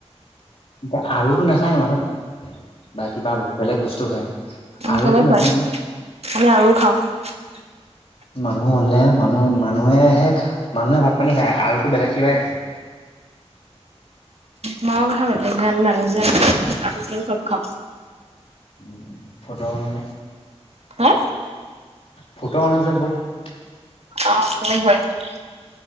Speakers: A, on the left; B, on the right.
A: এতিয়া আৰু নাখায় মাজত বা কিবা বেলেগ বস্তু খায়। আৰু
B: কেনেকুৱাই
A: তো নাখায় নহয়।
B: আমি আৰু <unintelligible>
A: মানুহ হ'লে, মানুহ মানুহে-মানুহে ভাত-পানী খায়, আৰুতো বেলেগ কিবাই খায়।
B: মই কথা ব ভম মানুহ যে আৰু খাম
A: উম' ফটোৱা মানুহে।
B: হাঁ?
A: ফটোৱা মানুহ যে বহুত।
B: অঁহ', -তেনেকুৱাই।